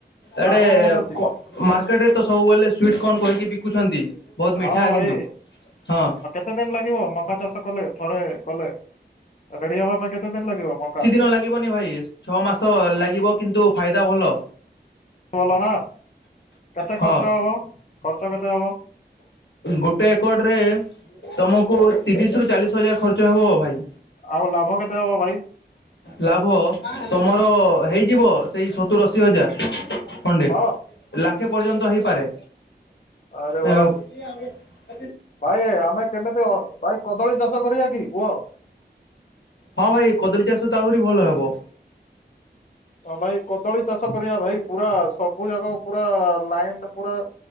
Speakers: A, on the left (about 80°); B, on the left (about 45°).
A: ଏଡେ
B: ଲାଭ ବହୁତ ଅଛି
A: କ ମାର୍କେଟରେ ତ ସବୁବେଳେ ସ୍ଵିଟ କର୍ନ କହିକି ବିକୁଛନ୍ତି ବହୁତ
B: ହଁ
A: ମିଠା
B: ଭାଇ
A: କିନ୍ତୁ ହଁ
B: କେତେ ଦିନ ଲାଗିବ ମକା ଚାଷ କଲେ ଥରେ କଲେ ରେଡି ହବା ପାଇଁ କେତେ ଦିନ ଲାଗିବ ମକା
A: ନ ଲାଗିବନି ଭାଇ। ଛଅ ମାସ ଲାଗିବ କିନ୍ତୁ ଫାଇଦା ଭଲ।
B: ଭଲ ନା କେତେ
A: ହଁ
B: ଖର୍ଚ୍ଚ ହବ ଖର୍ଚ୍ଚ କେତେ ହବ?
A: ଗୋଟେ ଏକଡରେ ତମକୁ ତିରିଶରୁ ଚାଳିଶ ହଜାର ଖର୍ଚ୍ଚ ହବ ଭାଇ।
B: ଆଉ ଲାଭ କେତେ ହବ ଭାଇ?
A: ଲାଭ ତମର ହେଇଯିବ ସେଇ ସତୁର ଅଶି ହଜାର। ଖଣ୍ଡେ
B: ହଁ
A: ଲାଖେ ପର୍ଯ୍ୟନ୍ତ ହେଇପାରେ।
B: ଆରେ ବା
A: ଏ
B: ଭାଇ ଆମେ କେମିତି ଭାଇ କଦଳୀ ଚାଷ କରିବା କି କୁହ?
A: ହଁ ଭାଇ କଦଳୀ ଚାଷ ତ ଆହୁରି ଭଲ ହବ।
B: ହଁ ଭାଇ କଦଳୀ ଚାଷ କରିବା ଭାଇ ପୁରା ସବୁ ଜାଗ ପୁରା ଲାଇନ ପୁରା